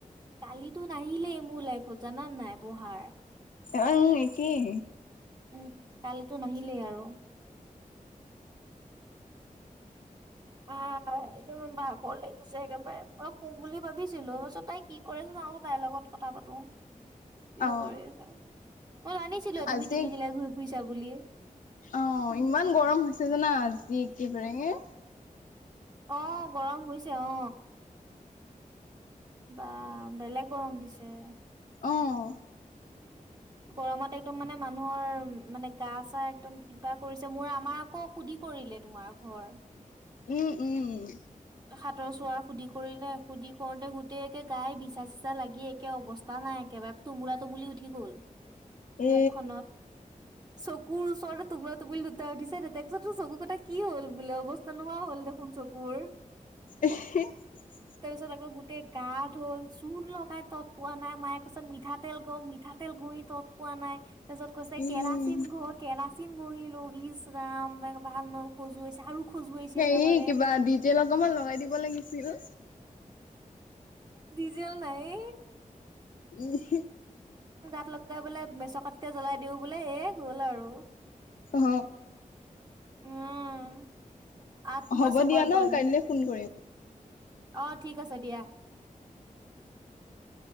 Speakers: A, on the right; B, on the left.
A: কালিতো নাহিলেই মোৰ লাইফত জানান নাই পঢ়াৰ
B: আৰু উম একেই
A: উম! কালিতো নাহিলেই আৰু। অ- হয় একদম ভাগৰ লাগি গৈছে একেবাৰে অলপ শুম বুলি ভাবিছিলোঁ মই চব তাই কি কৰি আছে জানো তাইৰ লগত কথা পাতো কি
B: অ
A: নো কৰি আছা মই জানিছিলোয়ে
B: আজি
A: তুমি টিঘিল ঘিলাই ঘুৰি ফুৰিছা তাবুলিয়ে
B: অ ইমান গৰম হৈছে জানা আজি একেবাৰে
A: অ গৰম হৈছে অ বা, বেলেগ গৰম দিছে
B: অহ।
A: গৰমত একদম মানে মানুহৰ মানে গা চা একদম কিবা কৰিছে মোৰ আমাৰ আকৌ সুধি কৰিলে তোমাৰ ঘৰ
B: উম! উম!
A: হাতৰ চোৱাৰ সুধি কৰিলে সুধি কৰোতে গোটেইকে গাই বিচা চিচা লাগি একে অৱস্থা নাই একবাৰে তুমোলা তুমুলি উঠি গ'ল
B: এ
A: মুখখনত চকুৰ ওচৰতে টোপোলা- টোপোলি দুটা উঠিছে দে তাৰ পিছত চকুকেইটা কি হল বোলে অৱস্থা নোহোৱা হ'ল দেখোন চকুৰ
B: এই হি <unintelligible>
A: তাৰপিছত আকৌ গোটেই গা ধুল চূণ লগাই তত পোৱা নাই মায়ে কৈছে মিঠাতেল গহ মিঠাতেল কৰি তত পোৱা নাই তাৰছত কৈছে
B: উম
A: কেৰাচিন ঘহ কেৰাচিন বহিলো ইচ ৰাম ভাল নহ খজুৱাইছে আৰু খজুৱাইছে
B: হেৰি
A: একেবাৰে
B: কিবা ডিজেল অকমান লগাই দিব লাগিছিল
A: ডিজেল নাইয়ে
B: উম!
A: তাত লগাই বোলে মেছৰ কাটিতে জ্বলাই দিও বোলে এ গল আৰু
B: অ
A: উম আত্ম
B: হ'ব
A: চামাৰৰ্পণ
B: দিয়া ন কাইলৈ ফোন কৰিম।
A: আহ ঠিক আছে দিয়া।